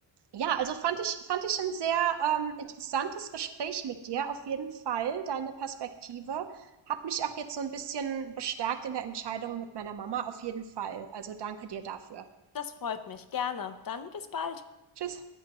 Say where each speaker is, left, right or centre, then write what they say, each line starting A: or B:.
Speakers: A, on the right (about 55°); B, on the left (about 45°).
A: Ja, also fand ich, fand ich ein sehr ähm, interessantes Gespräch mit dir, auf jeden Fall. Deine Perspektive hat mich auch jetzt so ein bisschen bestärkt in der Entscheidung mit meiner Mama, auf jeden Fall. Also danke dir dafür.
B: Das freut mich. Gerne. Dann bis bald.
A: Tschüss.